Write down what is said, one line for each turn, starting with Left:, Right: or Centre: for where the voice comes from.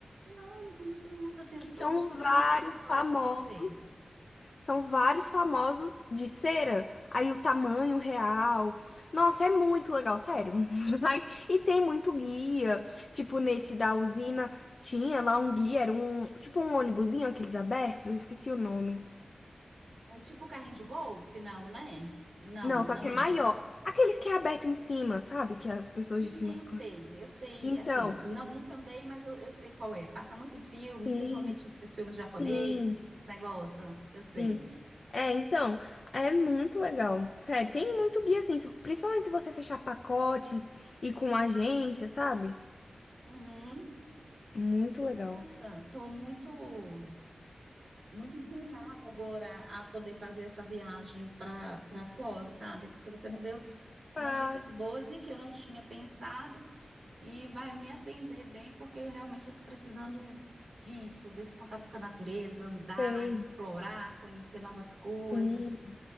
Right: não conheço nada assim,
Left: São
Right: estou descobrindo
Left: vários
Right: tudo agora
Left: famosos,
Right: com você.
Left: são vários famosos de cera. Aí o tamanho real. Nossa, é muito legal, sério. <laughs> Vai- E tem muito guia. Tipo, nesse da usina tinha lá um guia, era um, tipo um ônibusinho, aqueles abertos, eu esqueci o nome.
Right: Um Tipo carrinho de golfe, não, né? Não,
Left: Não,
Right: não
Left: só que
Right: é
Left: é maior.
Right: isso, né?
Left: Aqueles que é aberto em cima, sabe? Que as pessoas
Right: Hum,
Left: de cima
Right: Eu
Left: ficam.
Right: sei, eu sei,
Left: Então,
Right: assim, não, nunca andei, mas eu, eu sei qual é. Passa muito em filmes,
Left: sim,
Right: principalmente esses filmes japoneses,
Left: sim,
Right: esses negócios, eu sei.
Left: sim. É, então, é muito legal. Sério, tem muito guia assim, se- principalmente se você fechar pacotes e com agência, sabe?
Right: Uhum.
Left: Muito legal.
Right: Nossa, tô muito muito inclinada agora a poder fazer essa viagem para para Foz, sabe? Porque você me deu
Left: Passa,
Right: umas dicas boas e que eu não tinha pensado e vai me atender bem, porque realmente eu estou precisando disso, desse contato com a natureza, andar,
Left: sei.
Right: explorar, conhecer novas coisas.
Left: Sim,